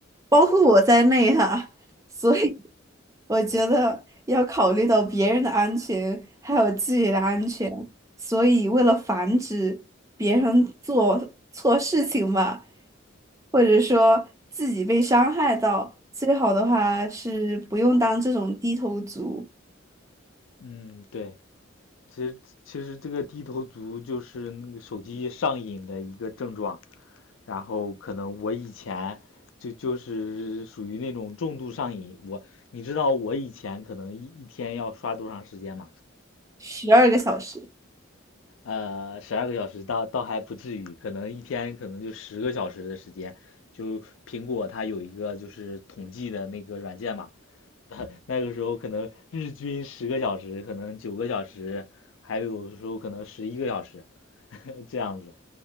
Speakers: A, on the right; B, on the left.
A: 包括我在内哈，所以我觉得要考虑到别人的安全，还有自己的安全，所以为了防止别人做错事情吧，或者说自己被伤害到，最好的话是不用当这种低头族，
B: 嗯，对。其实其实这个低头族就是那个手机上瘾的一个症状，然后可能我以前就就是属于那种重度上瘾，我你知道我以前可能一一天要刷多长时间吗？
A: 十二个小时，
B: 呃，十二个小时倒倒还不至于，可能一天可能就十个小时的时间，就苹果它有一个就是统计的那个软件嘛，<laughs> 那那个时候可能日均十个小时，可能九个小时，还有的时候可能十一个小时，<laughs> 这样子。